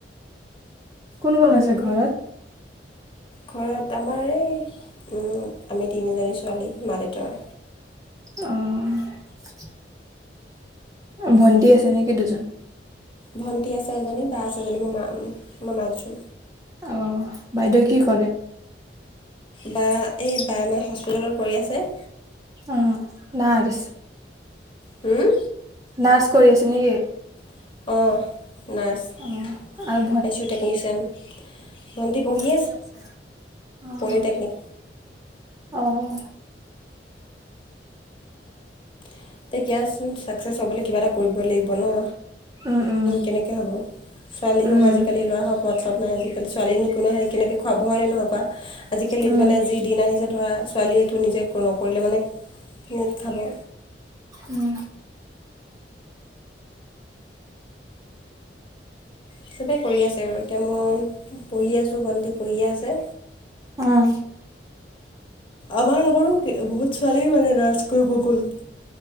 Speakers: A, on the right; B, on the left.
A: কোন
B: হয়
A: কোন আছে
B: নহয়
A: ঘৰত?
B: ঘৰত আমাৰ এই আমি তিনিজনী ছোৱালী মা দেউতাৰ
A: অহ ভন্টি আছে নেকি দুজন।
B: ভণ্টি আছে এজনী বা আছে এজনী মই মা মই মাজু।
A: আহ বাইদেউ কি কৰে?
B: বা এই বা <unintelligible> হস্পিটেলৰ কৰি আছে।
A: উম নাৰ্চ।
B: হম।
A: নাৰ্চ কৰি আছে নেকি?
B: অ', নাৰ্চ আ
A: অ
B: চি
A: আৰু
B: উ টেকনিচিয়ান। ভণ্টি পঢ়ি
A: পঢ়িয়েই আছে, অহ,
B: পলিটেকনিক
A: অহ।
B: <unintelligible> চাকচেচ হব কিবা এটা কৰিবই লাগিব ন।
A: উম উম
B: কেনেকৈ হ'ব ছোৱালী
A: উম
B: হওক আজিকালি ল'ৰা হওক মতলব নাই আজি আজিকালি ছোৱালীনো কো নহলে কেনেকৈ খোৱাব হয় নহয় কোৱা আজিকালি
A: উম
B: মানে যি দিন আহিছে ধৰা ছোৱালীয়েটো নিজে নকৰিলে মানে ক'ত খাব।
A: উম।
B: চবেই কৰি আছে আৰু এতিয়া মই পঢ়ি আছোঁ ভণ্টি পঢ়িয়ে আছে।
A: অহ।
B: আমাৰ লগৰো বহুত ছোৱালীয়ে মানে নাৰ্চ কৰিব গ'ল।